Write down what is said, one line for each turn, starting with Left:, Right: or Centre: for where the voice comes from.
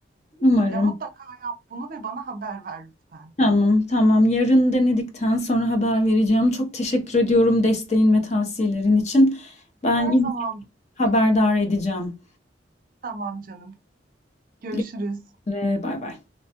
Left: umarım.
Right: Ya mutlaka yap bunu ve bana haber ver lütfen.
Left: Tamam, tamam. Yarın denedikten sonra haber vereceğim. Çok teşekkür ediyorum desteğin ve tavsiyelerin için. Ben
Right: Her
Left: yine
Right: zaman.
Left: haberdar edeceğim.
Right: Tamam canım. Görüşürüz.
Left: Görüşmek üzere, bay bay.